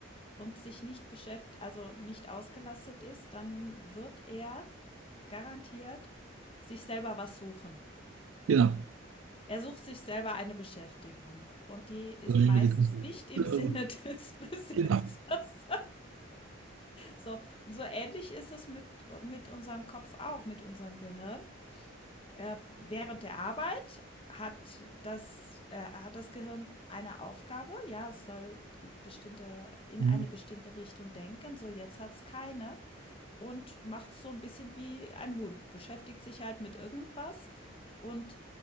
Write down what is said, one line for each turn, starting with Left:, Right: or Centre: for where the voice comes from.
Left: und sich nicht beschäftigt also nicht ausgelastet ist, dann wird er garantiert sich selber was suchen.
Right: Genau.
Left: Er sucht sich selber eine Beschäftigung und die ist
Right: Dann immer
Left: meistens
Right: die Konflikte.
Left: nicht im
Right: Äh,
Left: Sinne <laughs> des Besitzers.
Right: genau.
Left: So, und so ähnlich ist es mit, äh, mit unserem Kopf auch, mit unserem Gehirn. Äh, während der Arbeit hat das äh, hat das Gehirn eine Aufgabe. Ja, es soll bestimmte in
Right: Mhm.
Left: eine bestimmte Richtung denken. So, jetzt hat es keine und macht's so ein bisschen wie ein Hund, beschäftigt sich halt mit irgendwas und